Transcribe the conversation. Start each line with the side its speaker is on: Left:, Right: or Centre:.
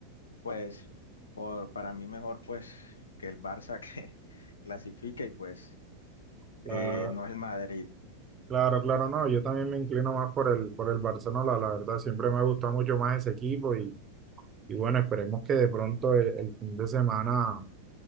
Left: pues por, para mí mejor pues que el Barça <laughs> que clasifique y pues...
Right: La-
Left: Eh, no es el Madrid.
Right: Claro, claro, no, yo también me inclino más por el, por el Barcelona, la verdad, siempre me ha gustado mucho más ese equipo y, y bueno, esperemos que de pronto el, el fin de semana,